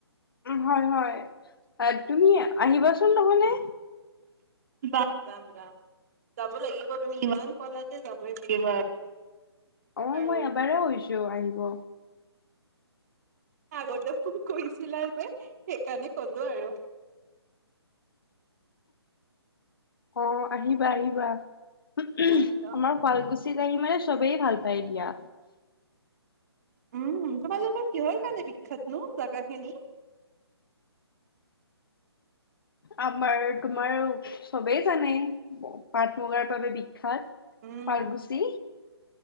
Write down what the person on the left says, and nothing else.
হয় হয় তুমি আহিবাচোন নহয়নে
অ
মই এবাৰে হৈছো আহিব
অ আহিবা আহিবা। উ আমাৰ
শুৱালকুছিত আহি মানে চবেই ভাল পায় দিয়া।
আমাৰ তোমাৰ চবেই জানে পাট মুগাৰ বাবে বিখ্যাত।
ফাৰগুচি